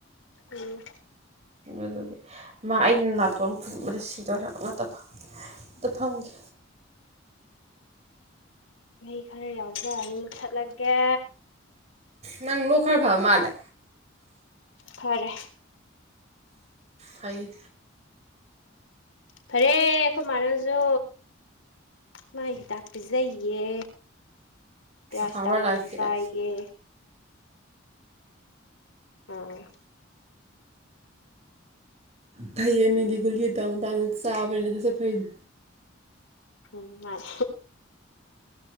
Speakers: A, on the left; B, on the right.
A: ꯎꯝ
B: ꯑꯗꯨꯗꯤ ꯃꯥ ꯑꯩꯅ ꯅꯥꯇꯣꯟ ꯐꯨꯟꯕꯗ ꯁꯤꯗꯣꯔꯦ ꯉꯥꯛꯇꯪ ꯐꯝꯒꯦ
A: ꯃꯍꯤ ꯈꯔ ꯌꯥꯎꯖꯔꯅꯤ ꯃꯨꯊꯠꯂꯒꯦ
B: ꯅꯪ ꯂꯣꯛ ꯈꯔ ꯐꯕ ꯃꯥꯜꯂꯦ
A: ꯐꯔꯦ
B: ꯐꯩ
A: ꯐꯔꯦ ꯑꯩꯈꯣꯏ ꯃꯥꯅꯁꯨ ꯃꯥꯥꯏ ꯍꯤꯗꯥꯛ ꯄꯤꯖꯩꯌꯦ ꯄꯤꯔꯥꯁꯤꯇꯥꯃꯣꯜꯁꯨ
B: ꯍꯥꯔꯕꯔ ꯂꯥꯏꯐꯀꯤ
A: ꯆꯥꯏꯌꯦ ꯑꯣ
B: ꯐꯩꯌꯦ ꯃꯤꯗꯤ ꯒꯨꯂꯤ ꯑꯇꯥꯡ ꯇꯥꯡꯕ ꯆꯥꯕꯅꯤꯅ ꯁꯥ ꯁꯠ ꯐꯩꯗꯣ
A: ꯎꯝ ꯃꯥꯂꯦ